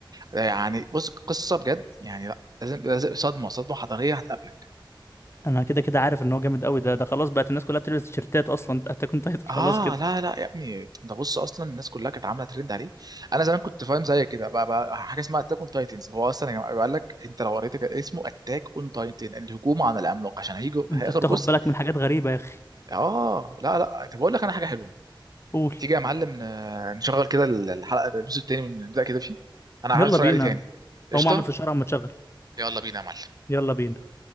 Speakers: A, on the right; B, on the left.
A: يعني بص قصة بجد يعني لا لازم لازم- صدمة صدمة حضارية هتقابلك
B: انا كده كده عارف ان هو جامد قوي ده ده خلاص بقت الناس كلها بتلبس تيشيرتات اصلا اتاك اون تايتل خلاص
A: اه
B: كده
A: لا لا يا ابني ده بص اصلا الناس كلها كانت عامله ترند عليه انا زمان كنت فاهم زي كده بقى, بقى حاجه اسمها اتاك اون تايتنز هو اصلا يا جماعه قال لك انت لو قريت كده اسمه اتاك اون تايتن الهجوم على العملاق عشان هيجوا
B: انت
A: هياخر
B: بتاخد
A: جزء
B: بالك من حاجات غريبه يا اخي
A: اه لا لا طب اقول لك انا حاجه حلوه
B: قول
A: تيجي يا معلم ن- نشغل كده الحلقه الجزء التاني ونبدا كده فيه انا عايز
B: يلا
A: اتفرج
B: بينا
A: عليه تاني قشطه
B: هو ما اعمل في الشارع اما تشغل
A: يلا بينا يا معلم
B: يلا بينا